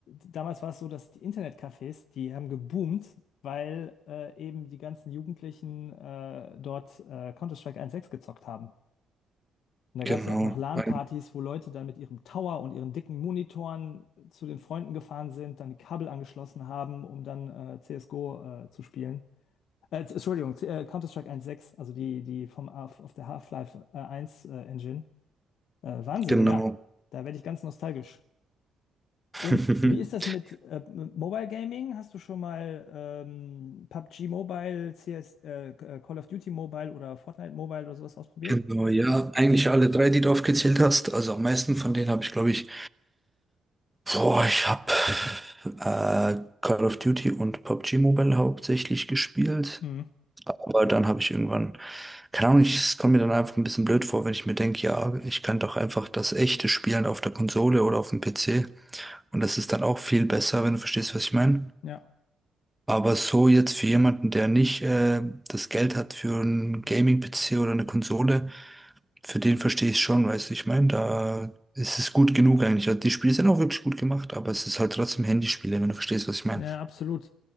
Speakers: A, on the left; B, in the centre.
A: damals war es so, dass die Internetcafés, die haben geboomt, weil äh, eben die ganzen Jugendlichen äh, dort äh, Counter-Strike 1.6 gezockt haben. Und da gab
B: Genau,
A: es ja auch noch LAN-Partys,
B: eigentlich,
A: wo Leute dann mit ihrem Tower und ihren dicken Monitoren zu den Freunden gefahren sind, dann die Kabel angeschlossen haben, um dann äh, CSGO äh, zu spielen. Äh, Entschuldigung, C- äh, Counter-Strike eins Punkt sechs, also die, die vom, auf, auf der Half-Life äh, 1 äh, Engine. Äh, Wahnsinn,
B: genau.
A: ja. Da werde ich ganz nostalgisch.
B: <laughs>
A: Und wie ist das mit äh, M- Mobile Gaming? Hast du schon mal ähm, PUBG Mobile, CS, äh, Call of Duty Mobile oder Fortnite Mobile oder sowas ausprobiert?
B: Genau, ja. Eigentlich alle drei, die du aufgezählt hast. Also am meisten von denen habe ich, glaube ich, boah, ich habe äh, Call of Duty und PUBG Mobile hauptsächlich gespielt.
A: Mhm.
B: Aber dann habe ich irgendwann, keine Ahnung, ich- es kommt mir dann einfach ein bisschen blöd vor, wenn ich mir denke, ja, ich kann doch einfach das echte spielen auf der Konsole oder auf dem PC. Und das ist dann auch viel besser, wenn du verstehst, was ich meine.
A: Ja.
B: Aber so jetzt für jemanden, der nicht äh, das Geld hat für einen Gaming-PC oder eine Konsole, für den verstehe ich schon, weißt du, ich meine, da ist es gut genug eigentlich. Also die Spiele sind auch wirklich gut gemacht, aber es ist halt trotzdem Handyspiele, wenn du verstehst, was ich meine.
A: Ja, absolut.